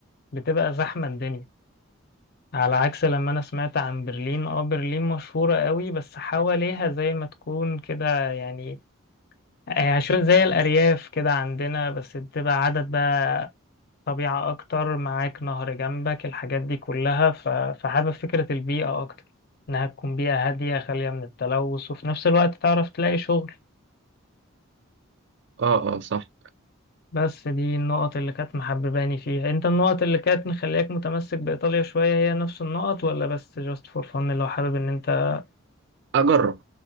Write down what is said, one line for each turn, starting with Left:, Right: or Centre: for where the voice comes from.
Left: بتبقى زحمة الدنيا على عكس لما انا سمعت عن برلين اه برلين مشهورة قوي بس حواليها زي ما تكون كده يعني يعني شو- زي الارياف كده عندنا بس بتبقى عدد بقى طبيعة اكتر معاك نهر جنبك الحاجات دي كلها ف- فحابب فكرة البيئة اكتر انها تكون بيئة هادية خالية من التلوث وفي نفس الوقت تعرف تلاقي شغل
Right: أه أه صح
Left: بس دي النقط اللي كانت محبباني فيها انت النقط اللي كانت مخلياك متمسك بإيطاليا شوية هي نفس النقط ولا بس جاست فور فن اللي هو حابب ان انت
Right: أجرب